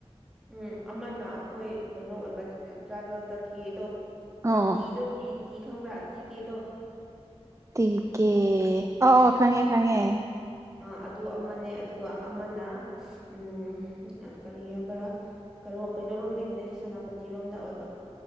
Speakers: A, in the centre; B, on the right.
A: ꯎꯝ ꯑꯃꯅ ꯑꯩꯈꯣꯏ ꯀꯩꯅꯣ ꯑꯣꯏꯕ ꯇ꯭ꯔꯥꯏꯕꯦꯜꯗ ꯀꯦꯗꯣ
B: ꯑꯣ
A: ꯑ ꯇꯤꯗꯣ ꯇꯤ ꯇꯤ ꯈꯪꯕ꯭ꯔꯥ ꯇꯤ ꯀꯦꯗꯣ
B: ꯇꯤꯀꯦ ꯑꯣ ꯑꯣ ꯈꯉꯦ ꯈꯉꯦ
A: ꯑ ꯑꯗꯨ ꯑꯃꯅꯦ ꯑꯗꯨꯒ ꯑꯃꯅ ꯎꯝ ꯀꯔꯤ ꯍꯥꯏꯕꯔꯥ ꯀꯣꯔꯣ ꯀꯩꯅꯣꯔꯣꯝꯗꯒꯤꯅꯦ ꯁꯦꯅꯥꯄꯇꯤꯔꯣꯝꯗ ꯑꯣꯏꯕ